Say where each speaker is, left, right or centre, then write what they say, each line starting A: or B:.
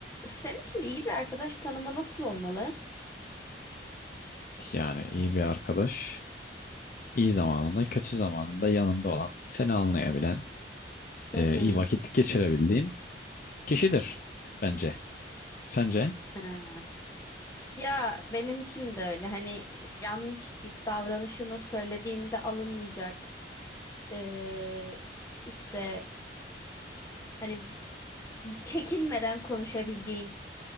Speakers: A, on the left; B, on the left.
A: Senin için iyi bir arkadaş tanımı nasıl olmalı?
B: Yani iyi bir arkadaş, iyi zamanında, kötü zamanında yanında olan, seni anlayabilen, e,
A: Hı hı.
B: iyi vakit geçirebildiğin kişidir bence. Sence?
A: Ha. Ya benim için de öyle. Hani yanlış bir davranışını söylediğinde alınmayacak. Ee, işte hani çekinmeden konuşabildiğin